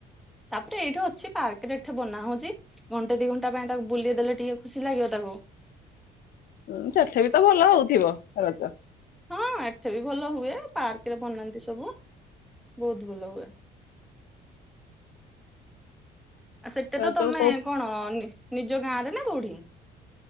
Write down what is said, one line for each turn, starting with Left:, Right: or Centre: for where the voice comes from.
Centre: ତାପରେ ଏଇଠେ ଅଛି ପାର୍କ ରେ ଏଠେ ବନା ହଉଚି ଘଣ୍ଟେ ଦି ଘ ଣ୍ଟା ପାଇଁ ତାକୁ ବୁଲେଇ ଦେଲେ ଟିକେ ଖୁସି ଲାଗିବ ତାକୁ।
Left: ହୁଁ ସେଠେ ବି ତ ଭଲ ହଉଥିବ ରଜ।
Centre: ହଁ ଏଠେ ବି ଭଲ ହୁଏ ପାର୍କରେ ବନାନ୍ତି ସବୁ ବହୁତୁ ଭଲ ହୁଏ। ଆ ସେଟେ
Left: ରଜକୁ
Centre: ତ ତମେ
Left: କୋଉ
Centre: କଣ ନି ନିଜ ଗାଁ ରେ ନା କୋଉଠି?